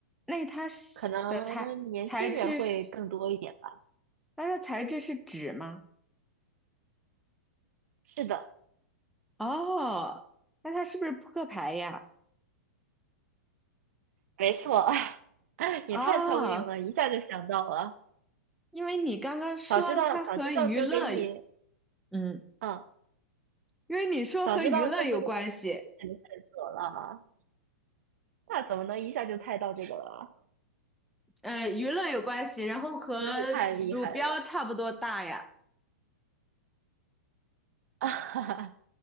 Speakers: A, in the centre; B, on the right.
A: 那它是的材材质是，
B: 可能年轻人会更多一点吧。
A: 那它材质是纸吗？
B: 是的，
A: 哦，那它是不是扑克牌呀？
B: 没错，<laughs> 你太聪明了，
A: 哦，
B: 一下就想到了。
A: 因为你刚刚说它和娱乐，
B: 早知道，早知道就给你，
A: 嗯，
B: 嗯，
A: 因为你说和娱乐有关系，
B: 早知道就不给你明显的线索了。那怎么能一下就猜到这个了？
A: 呃，娱乐有关系，然后和鼠标差不多大呀。
B: 真的是太厉害了！<laughs> 啊！